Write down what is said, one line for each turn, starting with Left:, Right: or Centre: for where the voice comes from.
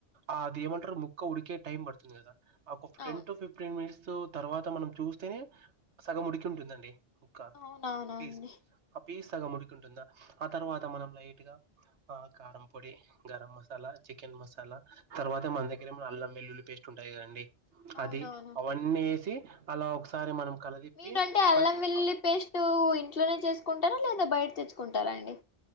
Right: ఆ అది ఏమంటారు ముక్క ఉడికే టైం పడుతుంది కదా ఆ ఒక టెన్
Left: అవును
Right: టు ఫిఫ్టీన్ మినిట్స్ తర్వాత మనం చూస్తేనే సగం ఉడికి ఉంటుందండి క్క
Left: అవునవునండి
Right: పజ పీసగా ముడికి ఉంటుందా ఆ తర్వాత మనం లైట్ గా ఆ కారం పొడి గరం మసాలా చికెన్ మసాలా తర్వాత మనగ్గర ఏ అల్లం వెల్లుల్లి పేస్ట్ ఉంటాయి కదండి
Left: అవునవును
Right: అది అవన్నీ వేసి అలా ఒకసారి మనం కలదిప్పి
Left: మీరుంటే ఎల్లం
Right: మళ్
Left: వెల్లి పేస్టు ట్లోనే చేసుకుంటారా లేదా బయట తెచ్చుకుంటారా అండి